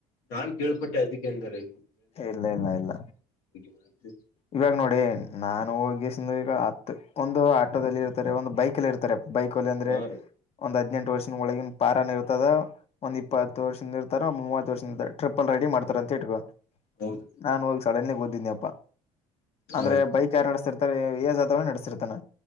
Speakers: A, on the left; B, on the left.
A: ನಾನ್ ಕೇಳ್ಪಟ್ಟೆ ಅದಕ್ಕೆ ಅಂದರೆೇ
B: ಇಲ್ಲ ಇಲ್ಲ ಇಲ್ಲ
A: ಮಾಹಿತಿ
B: ಇವಾಗ ನೋಡಿ ನಾನು ಹೋಗಿ ಈಗ ಹತ್ತು ಒಂದು ಆಟೋದಲ್ಲಿ ಇರ್ತಾರೆ ಒಂದು ಬೈಕ್ಲ್ಲಿ ಇರ್ತಾರೆ ಬೈಕ ಅಲ್ಲಿ ಅಂದ್ರೆ
A: ಹಾ ರೀ
B: ಒಂದು್ ಹದ್ೆಂಟ ಎ ವರ್ಷದ ಒಳಗಿನ ಪಾರನ್ ಇರ್ತದ ಒಂದ್ ಇಪ್ಪತ್ತು ವರ್ಷದ ಇರ್ತಾರ ಮೂವತ್ ವರ್ಷದಿಂದ ಟ್ರಿಪಲ್ ರೆಡಿ ಮಾಡ್ತಾರ ಅಂತ ಇಟ್ಕೊ
A: ಹೌದ್ರಿ
B: ನಾನನ್ ಹೋಗಿ ಸಡನ್ಲಿಿಗೆ ಓದೀನಿ ಅಪ್ಪಾ ಅಂದ್ರೆ
A: ಹಾ ರೀ
B: ಬೈಕ್ ಯಾರು ನಡೆಸ್ತಿರ್ತಾರೆ ಏಜ್ಾತವನ ನಡೆಸ್ತಿರ್ತಾನ